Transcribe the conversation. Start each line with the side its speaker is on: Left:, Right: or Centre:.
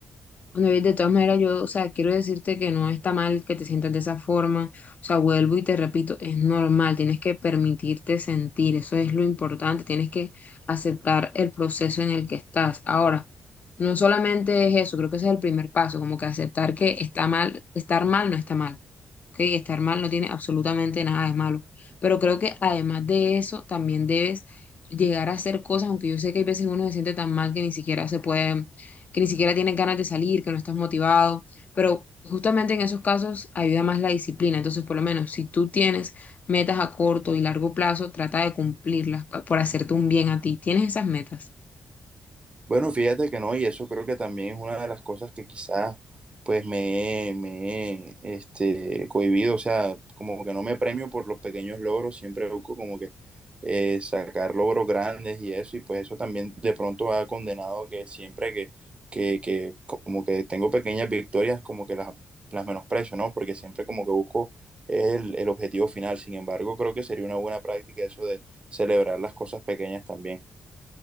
Left: Bueno, y de todas maneras, yo, o sea, quiero decirte que no está mal que te sientas de esa forma. O sea, vuelvo y te repito, es normal, tienes que permitirte sentir, eso es lo importante, tienes que aceptar el proceso en el que estás. Ahora, no solamente es eso, creo que ese es el primer paso, como que aceptar que está mal, estar mal no está mal. Ok, estar mal no tiene absolutamente nada de malo, pero creo que además de eso también debes llegar a hacer cosas, aunque yo sé que hay veces uno se siente tan mal que ni siquiera se puede, que ni siquiera tiene ganas de salir, que no estás motivado, pero justamente en esos casos ayuda más la disciplina, entonces por lo menos si tú tienes metas a corto y largo plazo, trata de cumplirlas pa- por hacerte un bien a ti, ¿tienes esas metas?
Right: Bueno, fíjate que no, y eso creo que también es una de las cosas que quizás pues me, me he, este, cohibido, o sea, como que no me premio por los pequeños logros, siempre busco como que eh, sacar logros grandes y eso, y pues eso también de pronto ha condenado que siempre que, que, que como que tengo pequeñas victorias, como que las, las menosprecio, ¿no? Porque siempre como que busco el, el objetivo final, sin embargo, creo que sería una buena práctica eso de celebrar las cosas pequeñas también.